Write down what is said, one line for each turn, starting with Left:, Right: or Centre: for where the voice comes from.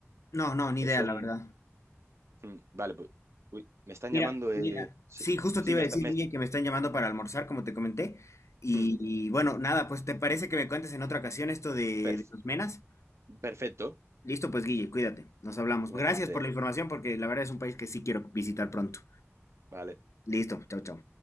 Left: No, no, ni
Right: que
Left: idea,
Right: son...
Left: la verdad.
Right: mm, Vale, pues... uy, me están
Left: Mira,
Right: llamando...
Left: mira,
Right: eh, sí,
Left: sí, justo
Right: sí,
Left: te iba
Right: me
Left: a decir,
Right: está, me-
Left: Guille, que me están llamando para almorzar, como te comenté. Y,
Right: mm,
Left: y, bueno, nada, pues ¿te parece que me cuentes en otra ocasión esto de,
Right: perf-
Left: de los menas?
Right: perfecto,
Left: Listo, pues Guille, cuídate. Nos hablamos.
Right: igualmente.
Left: Gracias por la información porque la verdad es un país que sí quiero visitar pronto.
Right: Vale.
Left: Listo, chao, chao.